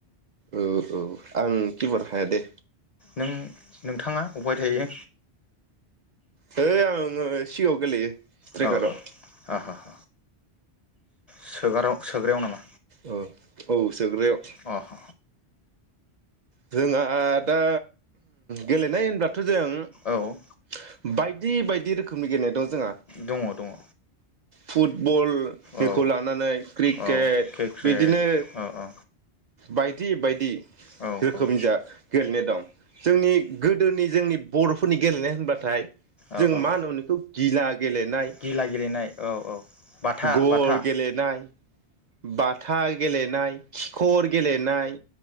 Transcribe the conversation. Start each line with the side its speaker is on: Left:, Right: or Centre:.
Right: ओ औ आं खिफार हाया दे
Left: नों नोंथाङा अबाय थायो?
Right: है आङो सिगाङाव गेलेयो स्ट्राइकाराव
Left: औ औ अ ह ह सोगाराव सोग्रायाव नामा
Right: औ औ औ सोग्रायाव
Left: अह
Right: जोंहा दा गेलेनाय होनब्ला थ जों
Left: औ
Right: बायदि बायदि रोखोमनि गेलेनाय दं जोंहा
Left: दङ दङ
Right: फुटबल बेखौ
Left: औ
Right: लानानै क्रिक
Left: औ
Right: केट
Left: क्रिकेट
Right: बिदिनो
Left: औ औ
Right: बाइक दि बायदि
Left: औ
Right: रोखोमनि
Left: औ
Right: जा गेलेनाय दं जोंनि गोदोनि जोंनि बर फोरनि गेलेनाय होनबाथाय
Left: औ
Right: जों
Left: औ
Right: मा होनोमोन बेखौ गिला गेलेनाय
Left: गिला गेलेनाय औ औ बाथा
Right: गर
Left: बाथा
Right: गेलेनाय बाथ था गेलेनाय खिखर गेलेनाय